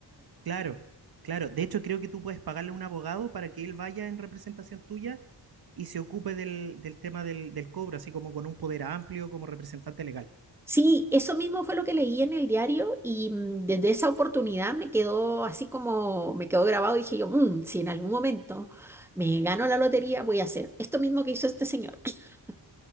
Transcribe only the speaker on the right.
Claro, claro. De hecho, creo que tú puedes pagarle a un abogado para que él vaya en representación tuya y se ocupe del, del tema del, del cobro, así como con un poder amplio como representante legal.